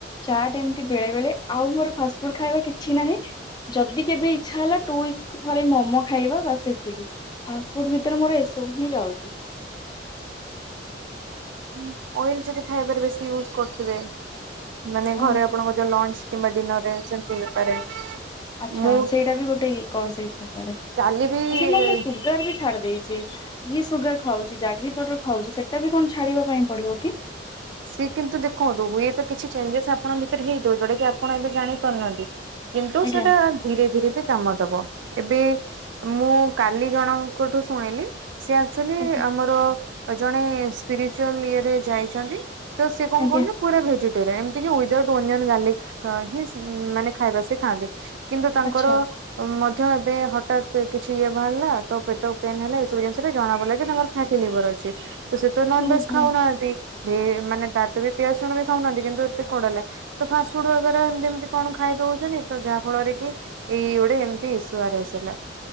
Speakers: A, on the left; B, on the right.
A: ଚାଟ୍ ଏମତି ବେଳେ ବେଳେ ଆଉ ମୋର ଫାଷ୍ଟଫୁଡ ଖାଇବା କିଛି ନାହିଁ। ଯଦି କେବେ ଇଛା ହେଲା ଟୁ ଉଇକ୍ସ ଥରେ ମୋମୋ ଖାଇବା ବାସ ସେତିକି ଫାଷ୍ଟ ଫୁଡ୍ ଭି ତରେ ମୋର ଏସବୁ ହିଁ ଯାଉଛି।
B: ହୁଁ ଅଏଲ ଯଦି ଖାଇବାରେ ବେଶୀ ୟୁଜ୍ କରଥିବେ। ମାନେ ଘରେ
A: ଓହୋ
B: ଆପଣଙ୍କ ଯୋଉ ଲଞ୍ଚ କିମ୍ବା ଡିନରରେ ସେମତି ହେଇପାରେ।
A: ଆଛା
B: ମୁଁ
A: ସେଇଟା ବି ଗୋଟେ ଇ କଜ ହେଇ ଥାଇପରେ
B: କାଲି ବି
A: ଆଛା ମାମ୍ ମୁଁ ସୁଗାର ବି ଛାଡି ଦେଇଛି। ଇଏ ସୁଗାର ଖାଉଛି ଜାଗରି ପାଉଡର ଖାଉଛି ସେଟା ବି କଣ ଛାଡିବା ପାଇଁ ପଡିବ କି।
B: ସିଏ କିନ୍ତୁ ଦେଖନ୍ତୁ ହୁଏ ତ କିଛି ଚେଞ୍ଜେସ ଆପଣଙ୍କ ଭିତରେ ହେଇଥିବ ଯୋଉ ଟା କି ଆପଣ ଏବେ ଜାଣି ପାରୁନାହାନ୍ତି। କିନ୍ତୁ
A: ଆଜ୍ଞା
B: ସେଇଟା ଧୀରେ ଧୀରେ ବି। କାମ ଦବ ଏବେ ମୁଁ କାଲି ଜଣଙ୍କଠୁ ଶୁଣିଲି ସେ ଆକ୍ଚୁଆଲି।
A: ଆଜ୍ଞା।
B: ମୋର ଜଣେ ସ୍ପିରିଚୁଆଲ ଇଏରେ ଯାଇଛନ୍ତି ତ ସେ କଣ
A: ଆଜ୍ଞା
B: କହ ପୁରା ଭେଜିଟେରିୟନ ଏମିତି କି ୱିଦାଉଟ୍ ଓନିଅନ ଗାର୍ଲିକ ହିଁ ମାନେ ଖାଇବା ସେ ଖାଆନ୍ତି। କିନ୍ତୁ ତାଙ୍କର
A: ଆଚ୍ଛା
B: ମଧ୍ୟ ଏବେ ହଠାତ୍ କିଛି ଇଏ ବାହାରିଲା ତ ପେଟ ପେନ୍ ହେଲା ଏସବୁ ଜିନିଷରେ ଜଣାପଡ଼ିଲା ଯେ ତାଙ୍କର <unintelligible> ଲିଭର ଅଛି ତ ସେ ତ ନନ
A: ଓହୋ
B: ଭେଜ ଖାଉନାହାନ୍ତି ମାନେ ତାଠୁ ବି ପିଆ ଶୁଣ ବି ଖାଉନାହାନ୍ତି କିନ୍ତୁ ଏତେ କୋଡଲେ। ତ ଫାଷ୍ଟ ଫୁଡ ଏମତି ଏମତି କଣ ଖାଇ ଦଉଛନ୍ତି ତ ଯାହା ଫଳରେ କି ଏଇ ଗୋଟେ ଏମିତି ଏସୁଆର ହେଇସିଲା